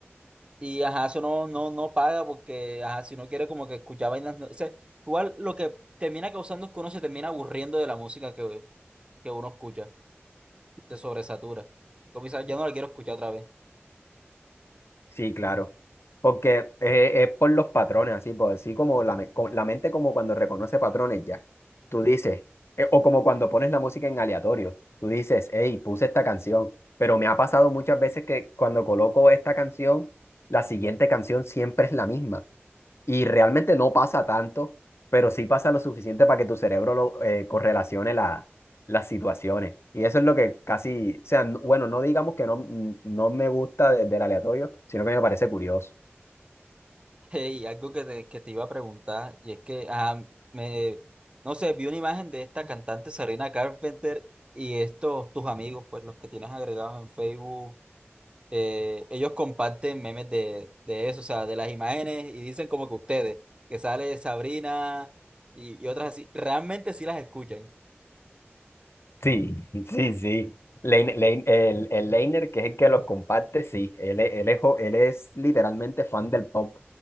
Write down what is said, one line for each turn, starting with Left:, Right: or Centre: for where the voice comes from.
Right: Y ajá, eso no, no, no paga porque, ajá, si no quiere como que escuchar vainas, no- o sea, igual lo que termina causando es que uno se termina aburriendo de la música que, que uno escucha, te sobresatura. Como dices, ya no la quiero escuchar otra vez. <laughs>
Left: Sí, claro. Porque eh, es por los patrones, así, pues así como la, me- co- la mente como cuando reconoce patrones ya. Tú dices, eh, o como cuando pones la música en aleatorio, tú dices, hey, puse esta canción. Pero me ha pasado muchas veces que cuando coloco esta canción, la siguiente canción siempre es la misma. Y realmente no pasa tanto, pero sí pasa lo suficiente para que tu cerebro lo, eh, correlacione la- las situaciones. Y eso es lo que casi, o sea, n- bueno, no digamos que no, no me gusta de- del aleatorio, sino que me parece curioso.
Right: Y algo que te, que te iba a preguntar, y es que, ah me, no sé, vi una imagen de esta cantante Serena Carpenter y estos, tus amigos, pues los que tienes agregados en Facebook eh, ellos comparten memes de, de eso, o sea, de las imágenes y dicen como que ustedes, que sale Sabrina y, y otras así, realmente sí las escuchan,
Left: Sí, sí, sí. Lein- Lein- el, el Leiner, que es el que los comparte, sí. Él, es- él, es, jo- él es literalmente fan del pop.